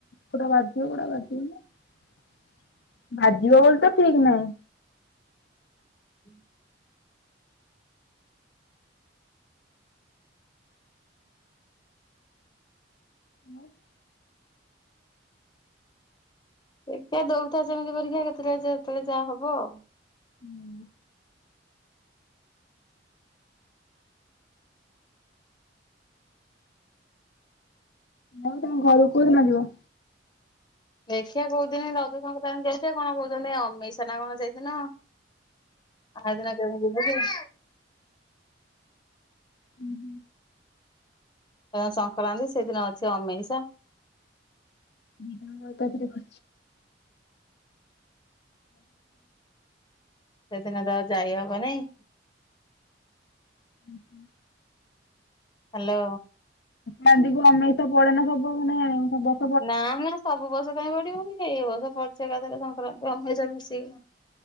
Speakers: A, on the left (about 60°); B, on the left (about 25°).
A: କୋଡା ବାଧିବ <unintelligible> ବାଜିବ ବୋଲି ତ ଠିକ୍ ନାହିଁ!
B: <inaudible>
A: ହଁ <unintelligible>
B: ଦେଖିଆ ଦଉଥା ସେମିତି ପରୀକ୍ଷା କେତେବେଳେ ଯେତେବେଳେ ଯାହା ହବ ଆଉ
A: ହୁଁ। ଆଉ ତମେ ଘରକୁ କୋଉଦିନ ଯିବ?
B: ଦେଖିଆ କହୁଦିନେ ରଜ ସଂକ୍ରାନ୍ତି ଯାଇତେ କଣ, କହୁଛନ୍ତି ଅମେଇସିଆ ନା କଣ ସେଇଦିନ। ଆଉ ଦିନ କେ <unintelligible>
A: ହୁଁ ହୁଁ
B: ଆ ସଂକ୍ରାନ୍ତି ସେଦିନ ଅଛି ଅମେଇଷା।
A: ବିଧ ତାତରେ <unintelligible>
B: ସେଦିନ ତ ଯାଇ ହବନେଇଁ।
A: <inaudible>
B: ହ୍ୟାଲୋ।
A: ମାନ୍ଦିକୁୁ ଅମେଇଷ ପଡେନା ସବୁ ମାନେ <unintelligible>
B: ନା, ନା ସବୁ ବର୍ଷ କାଇଁ ପଡିବ ଏମିତି ଏ ବର୍ଷ ପଡ଼ିଛି ଏକାଥରେ ସଂକ୍ରାନ୍ତି ଅମେଇଶିଆ ମିସେଇକି।